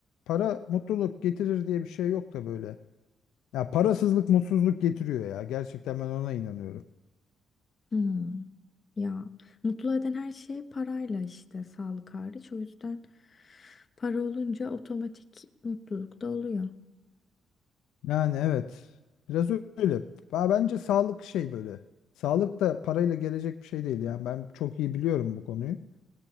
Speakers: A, on the left; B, on the left.
A: para mutluluk getirir diye bir şey yok da böyle. Ya parasızlık mutsuzluk getiriyor ya. Gerçekten ben ona inanıyorum.
B: Hmm, ya mutlu eden her şey parayla işte sağlık hariç. O yüzden para olunca otomatik mutluluk da oluyor.
A: Yani evet. Biraz öyle. Ya Bence sağlık şey böyle. Sağlık da parayla gelecek bir şey değil. Yani ben çok iyi biliyorum bu konuyu.